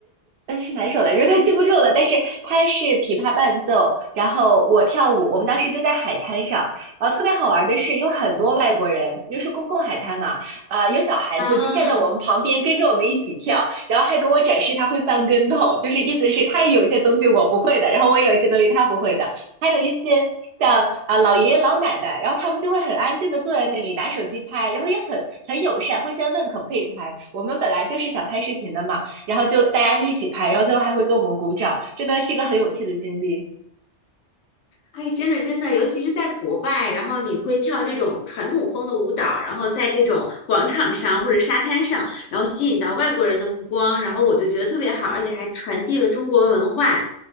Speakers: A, on the right; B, on the left.
A: 呃，呃是哪一首来着？他记不住了，但是他是琵琶伴奏，然后我跳舞，我们当时就在海滩上，然后特别好玩的是有很多外国人，因为是公共海滩嘛，呃，有小孩子就站在我们旁边跟着我们一起跳，
B: 啊。
A: 然后还给我展示他会翻跟头，就是意思是他也有一些东西我不会的，然后我也有一些东西他不会的，还有一些像啊、呃老爷爷老奶奶，然后他们就会很安静的坐在那里拿手机拍，然后也很很友善，会先问可不可以拍。我们本来就是想拍视频的嘛，然后就大家一起拍，然后最后还会给我们鼓掌，真的是一个很有趣的经历。
B: 哎，真的真的，尤其是在国外，然后你会跳这种传统风的舞蹈，然后在这种广场上或者沙滩上，然后吸引到外国人的目光，然后我就觉得特别好，而且还传递了中国文化，